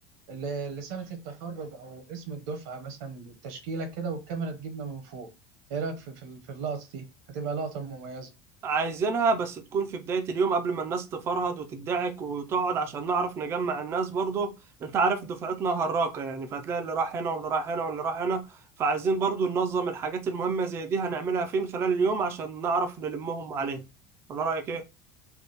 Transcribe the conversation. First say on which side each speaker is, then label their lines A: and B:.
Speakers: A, on the right; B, on the right.
A: ل- لسنة التخرج أو اسم الدفعة مثلا تشكيلة كده والكاميرا تجيبنا من فوق ايه رأيك في في ال- في اللقطة دي هتبقى لقطة مميزة
B: عايزينها بس تكون في بداية اليوم قبل ما الناس تفرهد وتدعك وتقعد عشان نعرف نجمع الناس برضو انت عارف دفعتنا هراقة يعني فهتلاقي اللي راح هنا واللي راح هنا واللي راح هنا فعايزين برضو ننظم الحاجات المهمة زي دي هنعملها فين خلال اليوم عشان نعرف نلمهم عليها ولا رأيك ايه؟